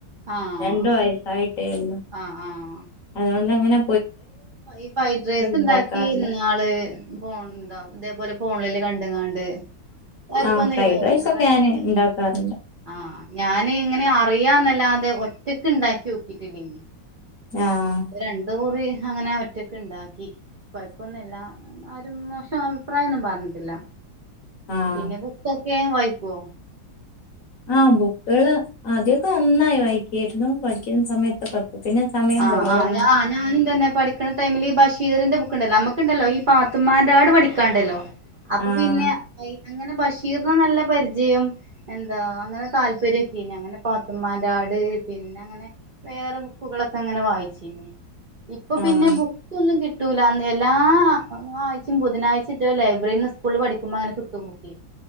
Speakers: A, on the right (about 80°); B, on the left (about 60°).
A: ആഹ്
B: രണ്ടോ ആയി ആയിട്ടേ ഉള്ളു
A: ആഹ് ആഹ്
B: അതുകൊണ്ട്ങ്ങനെ
A: ഈ ഫ്രൈഡ് റൈസ് ഉണ്ടാക്കി
B: ഉണ്ടാക്കാറില്ല
A: ഇന്നാള് ഫോൺ എന്താ ഇതേപോലെ ഫോണില് കണ്ട്ങ്ങാണ്ട് കയപ്പോന്നും
B: ആ ഫ്രൈഡ്
A: ഇല്ല എ
B: റൈസ്
A: ട ങ്ങേറായ
B: ഒക്കെ
A: <unintelligible>
B: ഞാന് ഉണ്ടാക്കാറുണ്ട്
A: ആഹ ഞാൻ ഇങ്ങനെ അറിയാന്നല്ലാതെ ഒറ്റക്ക് ഉണ്ടാക്കി നോക്കിട്ടില്ലനി
B: ആഹ്
A: അപ്പ രണ്ട കൂറി അങ്ങനെ ഒറ്റൊക്കെ ഉണ്ടാക്കി പപ്പൊന്നുംല്ല ആരും മോശം അഭിപ്രായന്നും പറഞ്ഞിട്ടില്ല
B: ആഹ്
A: പിന്നെ ബുക്കോ കേ വൈകോ
B: ആ ബുക്കുകള് ആദ്യൊക്കെ നന്നായി വായിക്യേരുന്നു പഠിക്കുന്ന സമയത്തൊക്കെ ഇപ്പൊ പിന്നെ സമയം
A: ആഹആ
B: കുറവാണ്
A: ഞാനുംതന്നെ പഠിക്കണ ടൈമിൽ ഈ ഭഷ് ഷീറിന്റെ ബുക്ക്ണ്ടല്ലോ നമുക്ക്ണ്ടല്ലോ ഈ പാത്തുമമാന്റൊട് പഠിക്കാണ്ടല്ലോ അപ്പൊ
B: ആഹ്
A: പിന്നെ അങ്ങനെ ബഷീറിന് നല്ല പരിചയം എന്താ അങ്ങനെ താല്പര്യക്കെ നി അങ്ങനെ പാത്തുമമാന്റൊട് പിന്നെ അങ്ങനെ വേറെ ബുക്കുകളൊക്കെ ങ്ങനെ വായിചിന്നു ഇപ്പൊ പിന്നെ
B: ആഹ്
A: ബുക്ക് ഒന്ന കിട്ടൂല എല്ലാ ആഴ്ചും ബുധനാഴ് റ്റോലൈബ്രറിന്ന് സ്കൂളിൽ പഠിക്കുമ്പോ അങ്ങനെ കിട്ടു ബുക്കേ